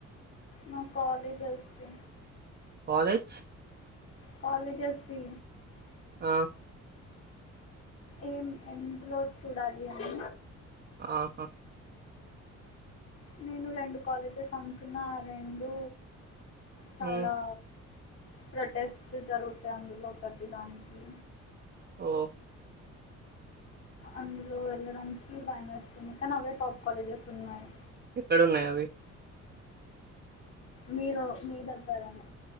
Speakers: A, on the left; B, on the right.
A: నా కాలేజెస్కి
B: కాలేజ్
A: కాలేజ్స్ది
B: ఆ
A: ఏం ఎందులో చూడాలి అని
B: ఆహా
A: నేను రెండు కాలేజెస్ అంనుకున్న ఆ రెండు చాలా
B: హ్మ్.
A: ప్రొటెస్ట్ జరుగుతే అందులో ప్రతిదానికి
B: ఓ
A: అందులో వెళ్ళడానికి భయమేస్తుంది కానీ అవే టాప్ కాలేజెస్ ఉన్నాయి
B: ఎక్కడున్నాయి అవి
A: మీరు మీ దగ్గరానే